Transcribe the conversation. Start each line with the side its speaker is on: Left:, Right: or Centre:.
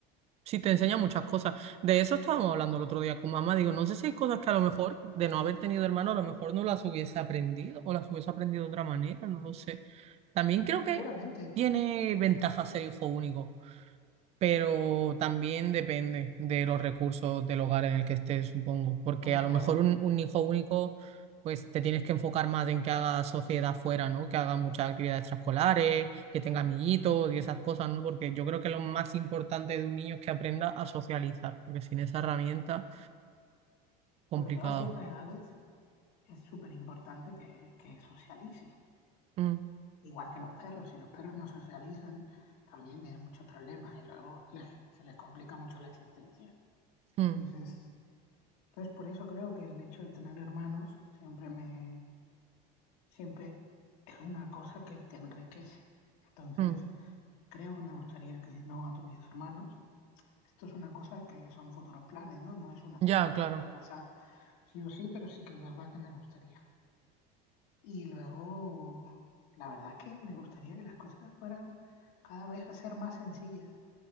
Right: sí te enseña muchas cosas. De eso estábamos hablando el otro día con mamá. Digo, no sé si hay cosas que a lo mejor de no haber tenido hermano, a lo mejor no las hubiese aprendido o las hubiese aprendido de otra manera, no lo sé. También creo que
Left: seguramente,
Right: tiene ventaja ser hijo único. pero también depende de los recursos del hogar en el que estés, supongo, porque
Left: hombre,
Right: a lo
Left: claro,
Right: mejor un, un hijo único, pues te tienes que enfocar más en que haga sociedad fuera, ¿no? Que haga muchas actividades extraescolares, que tenga amiguitos y esas cosas, ¿no? Porque yo creo que lo más importante de un niño es que aprenda a socializar, porque sin esa herramienta, complicado.
Left: sobre todo a ciertas edades, es súper importante que, que socialice,
Right: Mm,
Left: igual que los perros, si los perros no socializan, también tienen muchos problemas y luego les- se les complica mucho la existencia.
Right: mm,
Left: Entonces, entonces, por eso creo que el hecho de tener hermanos siempre me, siempre es una cosa que te enriquece. Entonces,
Right: mm.
Left: creo que me gustaría que no tuviese hermanos. Esto es una cosa que son futuros planes, ¿no? No es una cosa
Right: Ya,
Left: que
Right: claro.
Left: vaya a pasar sí o sí, pero sí que es verdad que me gustaría. Y luego, la verdad que me gustaría que las cosas fueran cada vez a ser más sencillas,